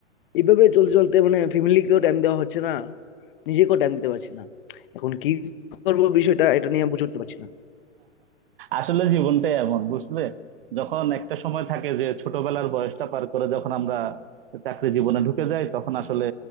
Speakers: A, on the left; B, on the right.
A: এইভাবে চলতে চলতে মানে ফ্যামিলিকেও টাইম দেওয়া হচ্ছে না নিজেকেও টাইম দিতে পারছি না এখন কি করবো বিষয়টা এটা নিয়ে বুঝে উঠতে পারছি না
B: আসলে জীবনটাই এমন বুঝলে যখন একটা সময় থাকে যে ছোটবেলার বয়সটা পার করে যখন আমরা চাকরি জীবনে ঢুকে যাই তখন আসলে